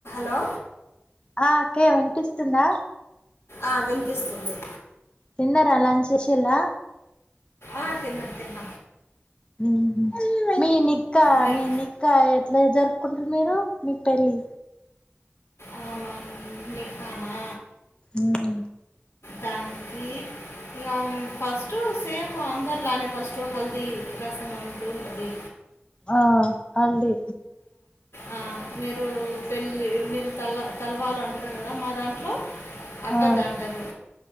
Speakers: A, on the left; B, on the left.
A: లో
B: ఆ అక్కయ్య వినిపిస్తుందా
A: ఆ వినిపిస్తుంది
B: విన్నరా అలాన్ శేషలా
A: ఆ తిన్న తిన్న
B: ఉహు మీనిక్క
A: మిర్-
B: మీినికాా ఏ ఎట్లే జరుపుకుంటరు మీరు మీ పెళ్ళి
A: అవున నిఖా నా
B: ఊహు
A: దానికి ఇక ఫస్ట్ సేమ్ అందరిలానే ఫస్ట్ హల్దీ రసం అంటూ ఉంటది
B: ఆ అండి
A: ఆ మీరూ పెళ్ళి మీర్ తల్ల తలవాలు అంటారు కదా మా దాంట్లో అగ్గదాంటారు
B: ఆ